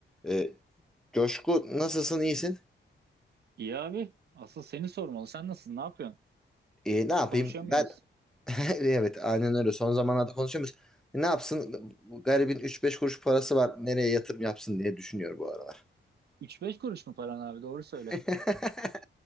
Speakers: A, in the centre; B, on the right (about 55°).
A: Ee, Coşku nasılsın iyisin?
B: İyi abi. Asıl seni sormalı. Sen nasılsın? Ne yapıyorsun?
A: Ee, ne yapayım
B: Konuşamıyoruz.
A: ben <laughs> evet aynen öyle son zamanlarda konuşuyoruz. Ne yapsın Bu garibin üç beş kuruş parası var nereye yatırım yapsın diye düşünüyor bu aralar.
B: 3-5 kuruş mu paran abi? Doğru söyle.
A: <laughs>